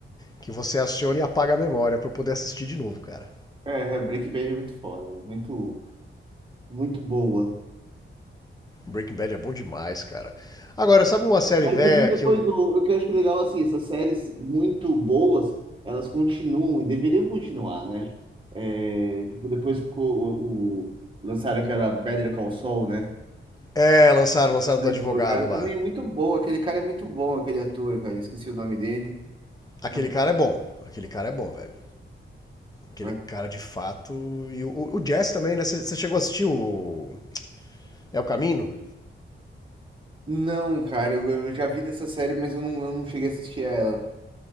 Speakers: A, on the left; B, on the right.
A: que você aciona e apaga a memória pra eu poder assistir de novo, cara.
B: É, é, Breaking Bad é muito foda, é muito, muito boa.
A: Breaking Bad é bom demais, cara. Agora, sabe uma série
B: Aí
A: velha
B: você viu depois
A: que eu.
B: o, o que eu acho que é legal, assim, essas séries muito boas, elas continuam e deveriam continuar, né? É, tipo, depois que o, o, lançaram que era Better Call Saul, né?
A: É, lançaram, lançaram
B: O
A: do
B: advogado
A: advogado lá.
B: também é muito bom, aquele cara é muito bom, aquele ator, velho, esqueci o nome dele.
A: Aquele
B: Mas,
A: cara é bom. Aquele cara é bom, velho. Aquele
B: mas-
A: cara de fato. E o, o Jazz também, né? Você chegou a assistir o. É o Caminho?
B: Não, cara, eu, eu já vi dessa série, mas eu não, eu não cheguei a assistir ela.